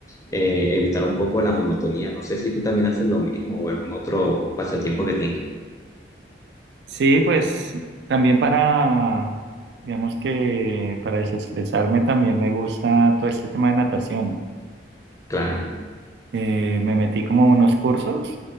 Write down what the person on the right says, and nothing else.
Sí, pues también para, digamos que para desestresarme también me gusta todo este tema de natación.
Eh, me metí como unos cursos